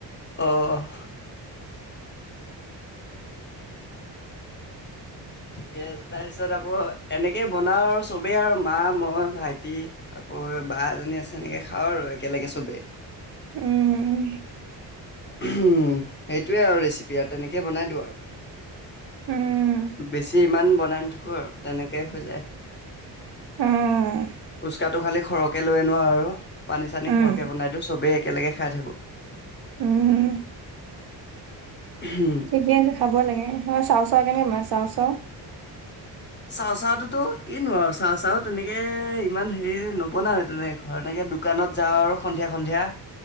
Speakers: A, on the left; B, on the right.
A: অহ'। ঠিকে আছে, তাৰপিছত আকৌ এনেকে বনাও আৰু চবেই আৰু মা, মই, ভাইটি আকৌ বা এজনী আছে, সেনেকৈ খাওঁ আৰু একেলগে চবেই।
B: উম,
A: সেইটোৱে আৰু ৰেচিপি, আৰু তেনেকেই বনাই দিওঁ আৰু।
B: উম,
A: বেছি ইমান বনাই নাথাকো আৰু, তেনেকেই হৈ যায়।
B: উম,
A: ফুচকাটো খালি সৰহকে লৈ আনো আৰু, পানী-চানী
B: উম,
A: সৰহকে বনাই দিওঁ, চবেই একেলগে খাই থাকো।
B: উম'।
A: হুম'।
B: ঠিকে আছে খাব লাগে, আৰু চাওঁ চাওঁ কেনেকৈ বনোৱা চাওঁ চাওঁ?
A: চাওঁ চাওঁতোতো কিনো আৰু, চাওঁ চাওঁ তেনেকে ইমান হেৰি নবনাওঁ এ', তেনেকে ঘৰত এনেকে দোকানত যাওঁ আৰু সন্ধিয়া সন্ধিয়া।